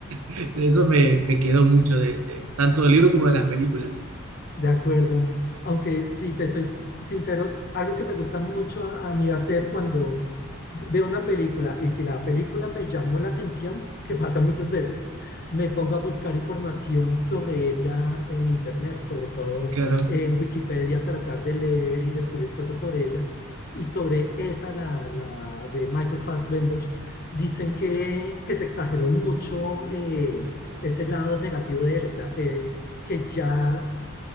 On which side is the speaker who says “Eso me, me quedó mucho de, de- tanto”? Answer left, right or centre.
Right